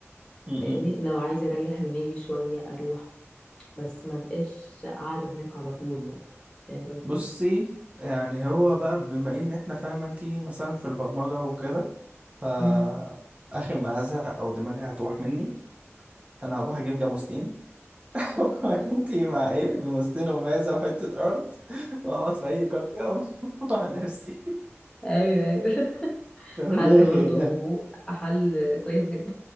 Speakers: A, on the right; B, on the left.
A: مم.
B: فاهمني لو عايزة أريح دماغي شوية أروح بس ما بقاش قاعدة هناك على طول يعني فاهم قصدي؟
A: بصي يعني هو بقى بما ان احنا فاهمه انت مثلا في البرمجه وكده فآخر
B: مم.
A: ما هزهق أو دماغي هتروح مني أنا هروح أجيب جاموستين <laughs>
B: <laughs>
A: وأنتي مع إيه جاموستين ومعزة وحتة أرض وأقعد في أي قرية <laughs> وعلى نفسي
B: ايوه ايوه
A: فمن
B: حل
A: لا خير
B: برضو
A: يعني
B: حل كويس جدا